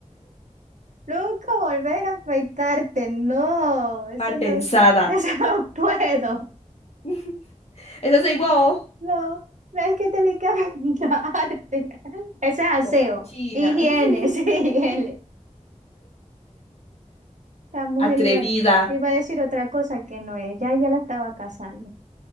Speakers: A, on the right; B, on the left.
A: Nunca volver a afeitarte, no. Eso
B: mal
A: no,
B: pensada.
A: <laughs> eso no puedo.
B: <laughs> Ese soy vos,
A: No, no es que tenés que bañarte. <laughs> Ese es aseo.
B: cochina.
A: Higiene, <laughs> ese
B: <laughs>
A: es higiene. La mujer
B: Atrevida,
A: iba, iba a decir otra cosa que no es. Ya ella la estaba casando.